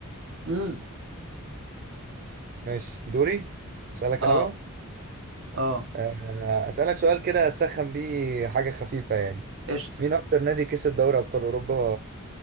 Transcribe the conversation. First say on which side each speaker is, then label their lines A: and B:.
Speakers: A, on the right (about 65°); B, on the right (about 40°).
A: امم
B: ماشي دوري اسألك
A: اه
B: انا بقى
A: اه
B: آه، اسألك سؤال كده هتسخن بيه حاجة خفيفة يعني
A: قشطه
B: مين اكتر نادي كسب دوري ابطال اوروبا